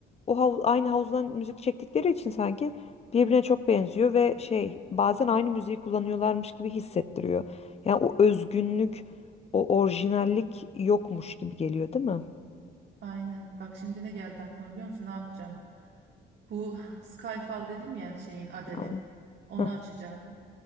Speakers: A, on the left; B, on the right.
A: o hav- aynı havuzdan müzik çektikleri için sanki birbirine çok benziyor ve şey bazen aynı müziği kullanıyorlarmış gibi hissettiriyor. Yani o özgünlük, o orijinallik yokmuş gibi geliyor, değil mi?
B: Aynen. Bak şimdi ne geldi aklıma biliyor musun? Ne yapacağım? Bu Skyfall dedim ya şeyin Adele'in.
A: Aynen.
B: Onu
A: Heh,
B: açacağım.